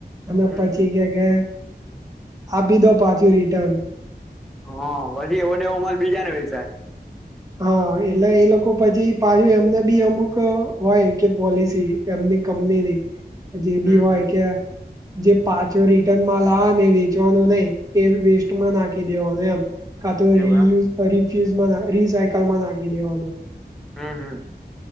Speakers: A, on the right (about 20°); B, in the centre.
A: અને
B: હમ
A: પછી
B: હમ
A: કે કે આપી દો પાછું રિટર્ન
B: હા એવો ને એવો માલ બીજા ને વેચાય.
A: હા એટલે એ લોકો પછી પાછું એમને બી અમુક હોય કે પોલિસી એમની કમની નહી જે બી
B: હમ
A: હોય
B: હમ
A: કે જે પાછો રિટર્નમાં લાવવા ને વેચવાનો નહી એ વેસ્ટમાં નાખી દેવાનો એમ. કા તો
B: એવું
A: રિયુઝ
B: એમ
A: રીફ્યુઝમાં રીસાયકલમાં નાખી દેવાનો.
B: હમ હમ.